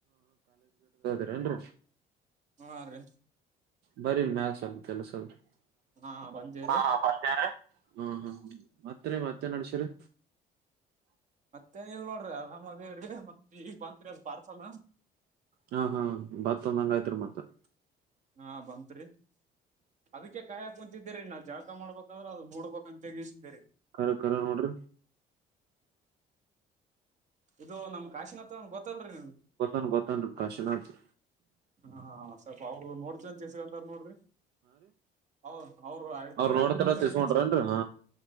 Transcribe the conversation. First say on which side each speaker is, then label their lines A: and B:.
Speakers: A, on the right; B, on the right.
A: ರ ಏನ್ರ
B: ಹಾ ರೀ
A: ಬರಿೀ ಮ್ಯಗುತ್ತಲ್ಲ ಸ್ರ ಹ್ಮ
B: ಹಾ ಬಂದೇವ್ರಿ
A: ಹ್ಮ ಹ್ಮ ಮತ್ರ ಮತ್ತ ಎನ ಅನುಷರು
B: ಮೇನ್ ಇಲ್ ನೋಡ್ರಿ ಆರಾಮ್ ಅದೇ್ರೀ ಮತ್ತತ್ ಈಗ ಬಂತತ್ರಿ ಅ ಪಾರ್ಸಲ್
A: ಹಾ ಹಾ ಭತ್ೊಂದಂಗ ಆಯ್ತ್ರಿ ಮತ್ತ
B: ಹಾ ಬತ್ರಿ ಅದಕ್ಕೆ ಕಾಯಾಕ್ ಕುಂತಿದ್ದಿರಿ ನಾ ಜಾಳಕ ಮಾಡ್ಬೇಕಾದ್ರೆ ಅದ ನೋಡ್ಬೇಕ ಅಂತ ತಗಸ ಬೇರೆ
A: ಕರ ಕರ ಡರ್
B: ಇದು ನಮ್ ಕಾಶಿನಾಥ ಅಂತ ಗೊತ್ತಲ್ರಿ ನಿಮ್
A: ಗತನ್ ಗತನ ರೂಕಾಸೆ ನಕಿ
B: ಹಾ ಹ ಓ ನೋಡ್ತನ್ ಚಸಗಂದಾರ್ ನೋಡ್ರಿ ಅವ್ರ ಅವ್ರು ಅಳ್ತೀವಿ
A: ಅವರು ನೋಡ್ತಾರ್ಕೋೊಂಡ್ರನ್ರಿ
B: ಅಂತ ನೋಡ್ತೀವಿ ಅಂತ ಇಸ್
A: ಹ